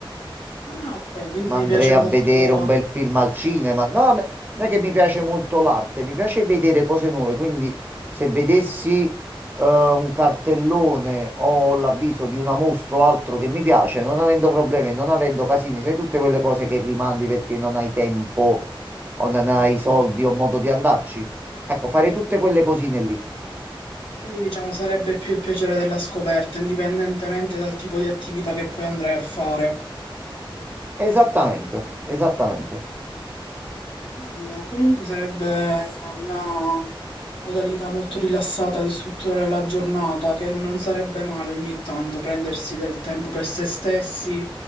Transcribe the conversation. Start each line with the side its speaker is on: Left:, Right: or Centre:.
Left: Ah, ok, quindi
Right: Ma
Left: ti
Right: andrei
Left: piace molto
Right: a vedere un bel film al cinema. No, a me- non è che mi piace molto l'arte, mi piace vedere cose nuove. Quindi, se vedessi eh, un cartellone o l'avviso di una mostra o altro che mi piace, non avendo problemi, non avendo casini, sai tutte quelle cose che rimandi perché non hai tempo o non
Left: fatto.
Right: hai soldi o modo di andarci. Ecco, farei
Left: Sì,
Right: tutte
Left: sì,
Right: quelle
Left: sì.
Right: cosine lì.
Left: Quindi diciamo sarebbe più il piacere della scoperta, indipendentemente dal tipo di attività che poi andrai a fare.
Right: Esattamente, esattamente.
Left: Bello, Comunque sarebbe una modalità molto rilassata di strutturare la giornata, che non sarebbe male ogni tanto prendersi del tempo per se stessi,